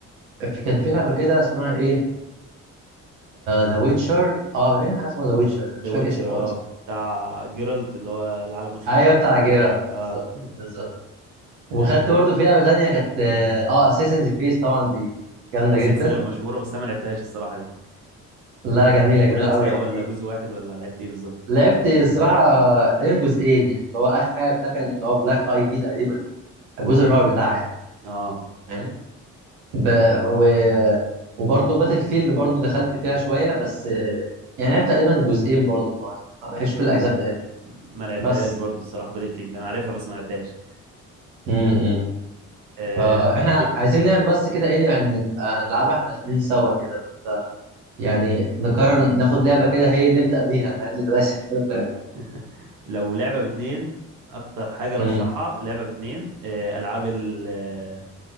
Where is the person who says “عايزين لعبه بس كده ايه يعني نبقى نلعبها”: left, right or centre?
Right